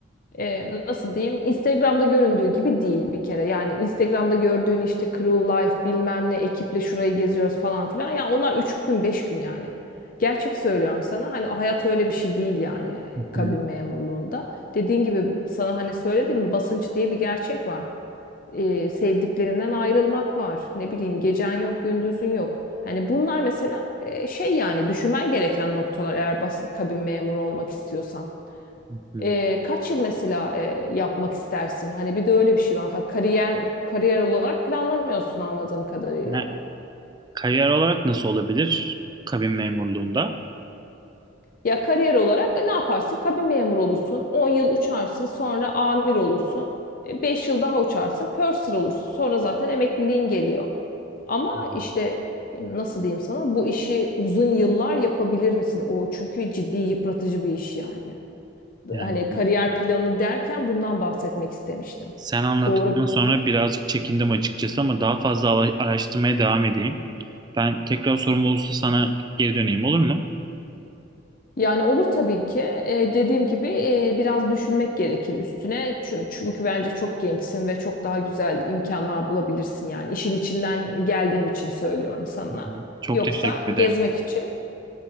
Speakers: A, on the left; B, on the right.
A: e, nasıl diyeyim Instagram'da göründüğü gibi değil bir kere. Yani Instagram'da gördüğün işte crew life bilmem ne ekiple şurayı geziyoruz falan filan. Yani onlar 3 gün 5 gün yani. Gerçek söylüyorum sana hani o hayat öyle bir şey değil yani
B: Hı
A: kabin
B: hı,
A: memurluğunda. Dediğin gibi sana hani söyledim basınç diye bir gerçek var. E, sevdiklerinden ayrılmak var. Ne bileyim gecen yok gündüzün yok. Hani bunlar mesela e, şey yani düşünmen gereken noktalar eğer bas, kabin memuru olmak istiyorsan.
B: hı hı.
A: Ee, kaç yıl mesela e, yapmak istersin? Hani bir de öyle bir şey var. Ha, kariyer kariyer olarak planlamıyorsun anladığım kadarıyla.
B: Yani kariyer olarak nasıl olabilir kabin memurluğunda?
A: Ya kariyer olarak e, ne yaparsın? Kabin memuru olursun. 10 yıl uçarsın, sonra amir olursun. e, beş yıl daha uçarsın, purser olursun. Sonra zaten emekliliğin geliyor. Ama
B: Hı.
A: işte e, nasıl diyeyim sana? Bu işi uzun yıllar yapabilir misin? O çünkü ciddi yıpratıcı bir iş yani.
B: Yani
A: Hani kariyer planı derken bundan bahsetmek istemiştim.
B: sen anlattıktan
A: Doğru
B: sonra birazcık çekindim açıkçası ama daha fazla ala- araştırmaya devam edeyim. Ben tekrar sorum olursa sana geri döneyim olur mu?
A: Yani olur tabii ki. Eee, dediğim gibi eee, biraz düşünmek gerekir üstüne. Çü- Çünkü bence çok gençsin ve çok daha güzel imkanlar bulabilirsin yani. İşin içinden geldiğim için söylüyorum sana.
B: Hı hı. Çok
A: Yoksa
B: teşekkür ederim.
A: gezmek için